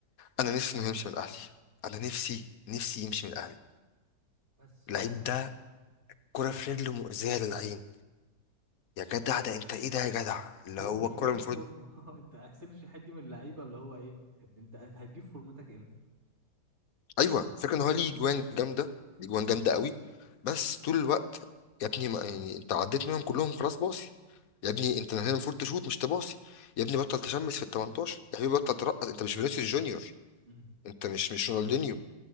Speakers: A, on the left (about 60°); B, on the right (about 40°).
A: انا نفسي انه يمشي من الاهلي انا نفسي نفسي يمشي من الاهلي
B: بس
A: اللعيب
B: هو
A: ده كرة في رجله مؤذية للعين يا جدع ده انت ايه ده يا جدع اللي
B: هو
A: هو
B: مش
A: الكرة
B: جاي
A: المفروض
B: في فورمه <laughs> انت حسين الشحات دي من اللعيبه اللي هو ايه انت هتجيب فورمتك امتى
A: ايوه فكرة ان هو ليه جوان جامده ليه جوان جامده قوي بس طول الوقت يا ابني ما يعني انت عديت منهم كلهم خلاص باصي يا ابني انت هنا المفروض تشوت مش تباصي يا ابني بطل تشمس في ال 18 يا حبيبي بطل ترقص انت مش فينيسيوس جونيور
B: امم
A: انت مش مش رونالدينيو